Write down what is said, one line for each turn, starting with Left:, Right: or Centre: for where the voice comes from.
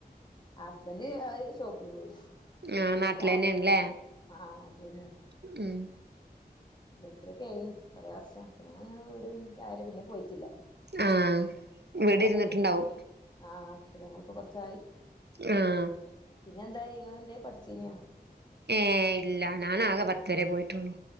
Left: ഹസ്ബന്ന്റ് അത് ഷോപ്പില് പോയി
Right: ആഹ് നാട്ടിലെന്നെണ്ല്ലേ
Left: രാവിലേ പോവും ആ നാട്ടിൽ തന്നെയാണ്
Right: ഉം
Left: ഗൾഫ് ലൊക്കെ ഏയിന് കുറേ വർഷം പിന്നെ അങ്ങനെ വീട് ആയരെ പിന്നെ പോയിട്ടില്ല
Right: ആഹ്
Left: കൊറേകാലം
Right: വീട് ഇരുന്നിട്ടുണ്ടാവും
Left: അവിടെന്നെനി ആഹ ഞങ്ങളിപ്പ കൊറച്ചായി
Right: ആഹ
Left: പിന്നെ എന്തായി ഇങ്ങള് എന്തേം പഠിച്ചീന്യോ
Right: ഏഹ് ഇല്ല ഞാനാകെ പത്ത് വരെ പോയിട്ടുള്ളു